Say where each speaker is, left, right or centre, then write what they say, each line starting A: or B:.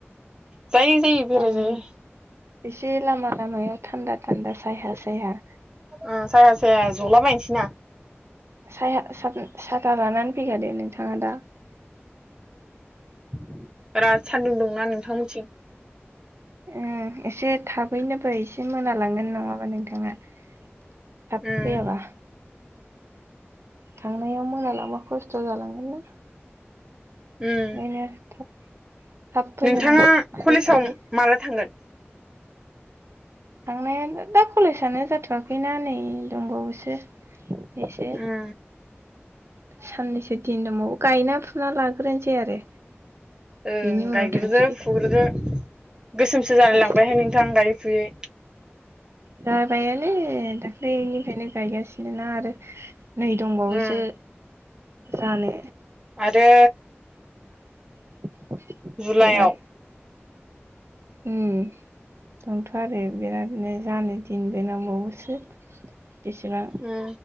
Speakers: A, on the right; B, on the right.
A: जायै जायै बेराय
B: ओं
A: जायो
B: एसे लामा लामायाव थान्दा थान्दा सायहा सायहा
A: ओ साया साया ज'लाबायनोसै ना?
B: सायहा साथोन साथा लानानै फैखादो नोंथाङा दा।
A: <inaudible> बिराद सान्दुं दंना नोंथांमोनथिं?
B: ओं एसे थाबैनो फै। एसे मोना लांगोन नङाबा नोंथाङा थाब
A: उम
B: फैयाबा। थांनायाव मोनालांबा खस्थ' जालांगोन ना।
A: उम
B: ओंखायनो थाब थाब फैखानांगोन
A: नोंथाङा
B: आरो
A: कलेजाव
B: जानाय
A: माला थांगोन?
B: थांनायाबो दा कलेजानो जाथ'वाखैना नै दंबावोसो एसे।
A: उम
B: साननैसो दिन दंबावो गायना फुना लाग्रोनोसै आरो।
A: ओं
B: बेनि उनाव
A: गायग्रोदो
B: थांसै
A: फुग्रोदो गोसोमसो जालाय
B: गासिबो
A: लांबायहाय नोंथां गायै फुयै।
B: जाबायानो दाख्लैनिफ्रायनो गायगासिनो ना आरो नै दंबावोसो।
A: उम
B: जानो।
A: आरो
B: <inaudible>
A: जुलाइआव
B: बिराद उम दंथ' आरो बिरादनो जानो दिनबो नांबावोसो बेसेबां
A: उम